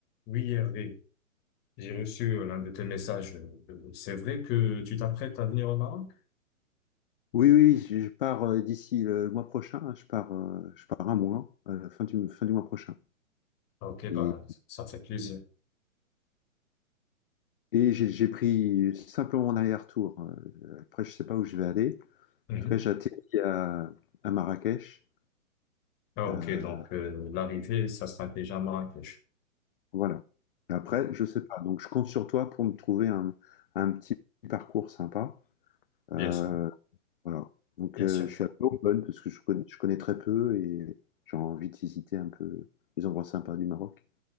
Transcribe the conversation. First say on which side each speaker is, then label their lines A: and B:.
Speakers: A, on the left (about 25°); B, on the left (about 45°).
A: Oui, Hervé, j'ai reçu euh, l'un de tes messages. Euh, euh, C'est vrai que tu t'apprêtes à venir au Maroc?
B: Oui, oui, oui, je je pars euh, d'ici le mois prochain. hein, Je pars, euh, je pars un mois, à la fin du, fin du mois prochain.
A: Ah, Ok, bah,
B: Et,
A: ça fait plaisir.
B: et j'ai j'ai pris simplement mon aller-retour. euh, Après, je sais pas où je vais aller.
A: Mhm.
B: En tout cas, j'atterris à, à Marrakech.
A: Ah,
B: euh,
A: ok, donc euh, l'arrivée, ça sera déjà à Marrakech.
B: voilà. Et après,
A: Oui,
B: je sais pas. Donc, je compte sur toi pour me trouver un, un petit parcours sympa. Euh,
A: Bien sûr,
B: voilà. Donc,
A: bien
B: euh,
A: sûr.
B: je suis un peu open parce que je connais, je connais très peu et j'ai envie de visiter un peu les endroits sympas du Maroc.